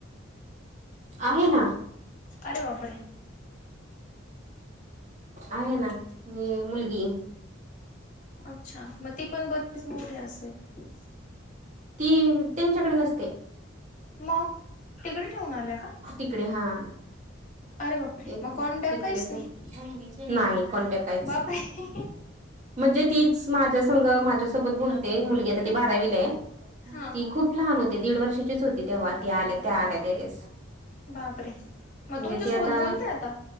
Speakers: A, on the right; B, on the left.
A: आहे ना.
B: अरे बापरे!
A: आहे ना, मी मुलगी.
B: अच्छा, म ती पण ब <unintelligible> च मोठीे असेल?
A: ती, त्यांच्याकड नसते.
B: मं, तिकडे ठेवून आल्या का?
A: तिकडे, हां.
B: अरे बापरे
A: ते तिकडेच
B: मग कॉन्टॅक्ट काहीच नाही
A: ये, नाही कॉन्टॅक्ट काहीच.
B: बापरे
A: म्हणजे तीच, माझ्या संघ, माझ्यासोबत बोलते, मुलगी आता ती बारावीला य,
B: हा
A: ती खूप लहान होते, दीड वर्षाचीच होती, तेव्हा ती आल्या, त्या आल्या, त्यावेळेस.
B: बापरे! म
A: म्हणजे
B: तुमच्यासोबत
A: ती आता
B: बोलतेय आता?